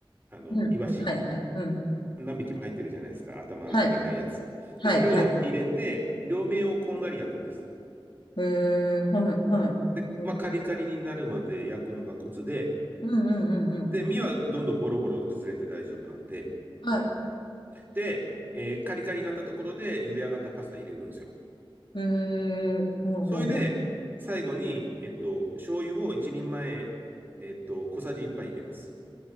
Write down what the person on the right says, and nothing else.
あの、
イワシ、
何匹も入ってるじゃないですか。頭がないやつ。
で、それを入れて、
両面をこんがり焼くんです。
で、
まあ、カリカリになるまで焼くのがコツで、
で、身はどんどんボロボロ崩れて大丈夫なんで、
で、えーカリカリになったところで茹で上がったパスタ入れるんですよ。
それで、最後に、えっと、醤油を一人前、えっと、小さじ一杯入れます。